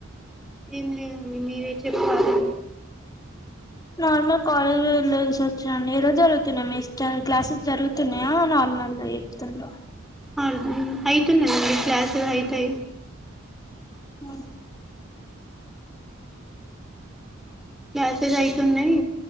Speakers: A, in the centre; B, on the left.
A: ఏం లేదండి మీరే చెప్పాలి
B: నార్మల్ కాలేజ్ లో చూసి వచ్చండి ఎలా జరుగుతున్నా మీ ఇట క్లాసెస్ జరుగుతున్నాయా నార్మల్ ఎకుతుండ <unintelligible>
A: అ అవుతున్నండి క్లాస్ అవుతయి
B: అ
A: క్లాసెస్ అయితునయి